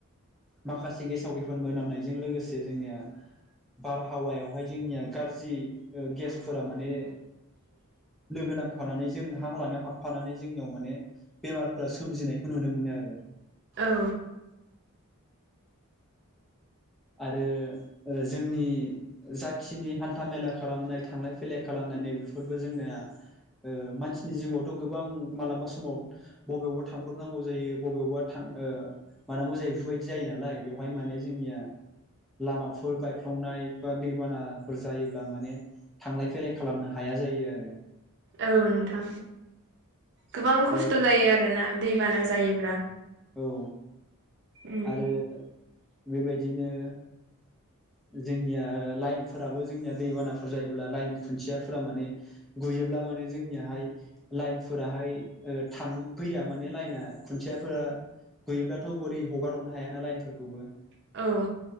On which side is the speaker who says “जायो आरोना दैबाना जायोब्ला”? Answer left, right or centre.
Right